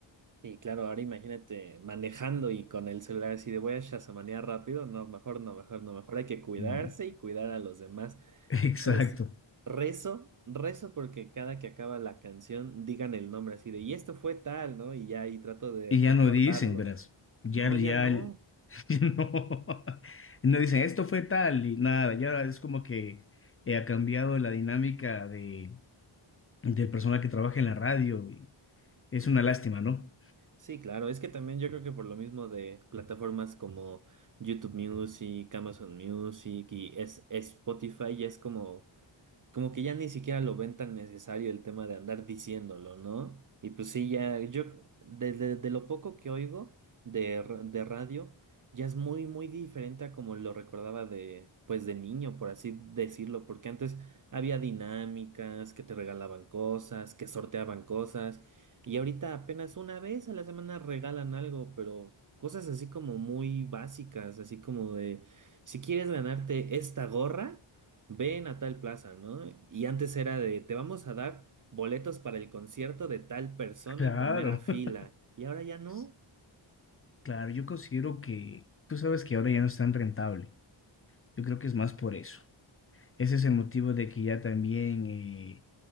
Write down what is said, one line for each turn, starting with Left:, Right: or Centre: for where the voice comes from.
Right: Sí, claro, ahora imagínate manejando y con el celular así de voy a shazamanear rápido. No, mejor no, mejor no, mejor hay que cuidarse
Left: Mm,
Right: y cuidar a los demás.
Left: <laughs> Exacto.
Right: Pero luego sí, rezo, rezo porque cada que acaba la canción digan el nombre así de y esto fue tal, ¿no? Y ya ahí trato de
Left: Y
Right: recordarlo.
Left: ya no dicen, verás. Ya,
Right: No,
Left: ya,
Right: ya no.
Left: el- <laughs> ya no, no dicen, esto fue tal y nada. Ya es como que eh, ha cambiado la dinámica de, del personal que trabaja en la radio. y es una lástima, ¿no?
Right: Sí, claro, es que también yo creo que por lo mismo de plataformas como YouTube Music, Amazon Music y es, es Spotify, ya es como. como que ya ni siquiera lo ven tan necesario el tema de andar diciéndolo, ¿no? Y pues sí, ya yo, de, de- de lo poco que oigo de, ra- de radio, ya es muy, muy diferente a como lo recordaba de, pues de niño, por así decirlo, porque antes había dinámicas, que te regalaban cosas, que sorteaban cosas, y ahorita apenas una vez a la semana regalan algo, pero cosas así como muy básicas, así como de, si quieres ganarte esta gorra, Ven a tal plaza, ¿no? Y antes era de, te vamos a dar boletos para el concierto de tal persona
Left: Claro,
Right: en primera fila. Y ahora
Left: <laughs>
Right: ya no.
Left: claro, yo considero que tú sabes que ahora ya no es tan rentable. Yo creo que es más por eso. Ese es el motivo de que ya también eh,